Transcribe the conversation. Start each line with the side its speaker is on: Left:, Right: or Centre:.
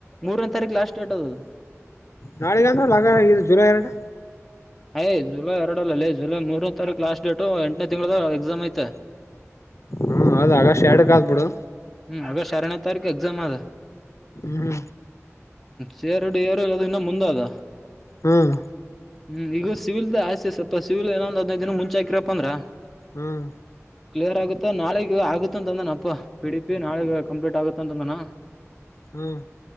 Centre: ಮೂರನೇ ತಾರೀಕು ಲಾಸ್ಟ್ ಡೇಟ್ ಅದು
Left: ನಾಳಿದ್ದಂದ್ರ ಲಗ ಇದು ಜುಲೈ ಎರಡು
Centre: ಅಯ್ ಜುಲೈ ಎರಡಲ್ಲಲ್ಲಿ ಜುಲೈ ಮೂರನೇ ತಾರೀಕು ಲಾಸ್ಟ್ ಡೇಟು ಎಂಟನೇ ತಿಂಗಳ ಎಕ್ಸಾಮ್ ಐತೆ
Left: ಹ್ಮ ಹೌದ ಆಗಷ್ಟ ಎಡಕ್ ಆದಾದ್ಬಿಡು
Centre: ಹ್ಮ್ ಆಗಸ್ಟ್ ಎರಡನೇ ತಾರೀಕು ಎಕ್ಸಾಮ್ ಆದ
Left: ಹ್ಮ್
Centre: ಸೇರ್ಡಿ ಈಏರು ಇಲ್ಲದು ಇನ್ನ ಮುಂದ ಆದ
Left: ಹ್ಮ್
Centre: ಹ್ಮ್ ಈಗ ಸಿವಿಲ್ದ ಆಸತಿ ಸ್ವಲ್ಪ ಸಿವಲ್ಏನ ಒಂದ್ ಹದನೈದು ದಿನ ಮುಂಚೆ ಹಕಿರಪ್ಪ ಅಂದ್ರ
Left: ಹ್ಮ್
Centre: ಕ್ಲಿಯರ್ ಆಗುತ್ತಾ ನಾಳಗ್ ಆಗುತ್ತ ಅಂತ ಅಂದನ ಅಪ್ಪ ಪಿ ಡಿ ಪಿ ನಾಳಗ ಕಂಪ್ಲೀಟ್ ಆಗುತ್ತ ಅಂತ ಅಂದನ
Left: ಹ್ಮ್